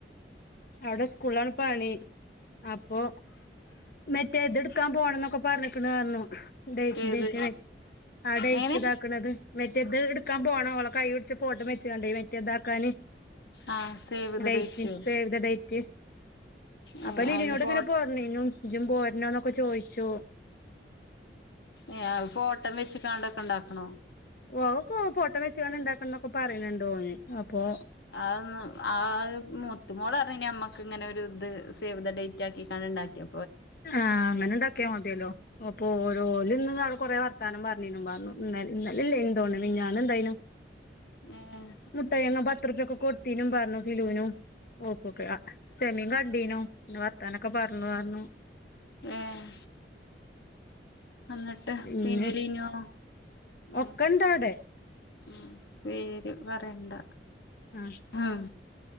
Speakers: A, on the left; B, on the left.
A: അയുടെ സ്ക്കൂളാണ് പണി. അപ്പോ മറ്റേ ഇത് ഇട്ക്കാം പോണംന്നൊക്കെ പർൺക്ക്ണ് പർണു. ഡേറ്റ്
B: ഏത്
A: ഡേക്കെറെയ് ആ ഡേറ്റ്
B: എങ്ങനെ
A: ഇതാക്ക്ണെത് മറ്റെ ഇത് ഇട്ക്കാം പോണം ഓളെ കൈ പുട്ച്ച് ഫോട്ടം വെച്ച് കാണ്ടെയ് മറ്റെ ഇതാക്കാന്.
B: ആ സേവ് ദ
A: ഡേറ്റ്
B: ഡേറ്റോ
A: സേവ് ദ ഡേറ്റ്
B: ഏ
A: അപ്പോ ലിനിനോട്
B: അതിന് ഫോ
A: ഇങ്ങനെ പോര് ണിനു ഇജും പോര്നോന്നൊക്കെ ചോയ്ച്ചു.
B: ഏഹ് അയ് ഫോട്ടം വെച്ച്കാണ്ടൊക്കെ ഇണ്ടാക്ക്ണോ.
A: ഓ അതൊക്കെ ഓൻ ഫോട്ടം വെച്ച്കാണ്ട് ഇണ്ടാക്കണം ന്നൊക്ക പറയ്ന്ന്ണ്ട് ഓന് അപ്പോ
B: അതൊന്നും അത് മു ത്തുമോള് പറഞ്ഞ് ഇനി അമ്മക്ക് ഇങ്ങനെ ഒരു ഇത് സേവ് ദ ഡേറ്റ് ആക്കിക്കാണ്ട് ഇണ്ടാക്കിയ
A: ആഹ് അങ്ങനെണ്ടാക്കിയ മതിയല്ലോ. അപ്പോ ഓരോ ഓല് ഇന്ന് ആടെ കൊറെ വർത്താനം പറഞ്ഞീനു പറഞ്ഞു. ഇന്ന ഇന്നലെ ഇല്ലേനു തോന്ന്ണ് മിഞ്ഞാന്ന് ഇണ്ടായിനു.
B: ഏഹ്
A: മുട്ടായി വാങ്ങാൻ പത്തുറുപ്യ ഒക്കെ കൊടുത്തീനു പറഞ്ഞു ഫിലുനും. ഓക്കെ ഓക്കെ ആഹ് സെമീൻ കണ്ടീനു. പിന്നെ വർത്താനൊക്കെ പറഞ്ഞു അറഞ്ഞു.
B: ഏഹ് അന്നിട്ട്
A: ഇന്ന്
B: പിന്നെ ലിനോ. ഏഹ്
A: ഒക്കെ ഇണ്ടവിടെ
B: ഉം പേര് പറയണ്ട.
A: ആഹ്.
B: ഹ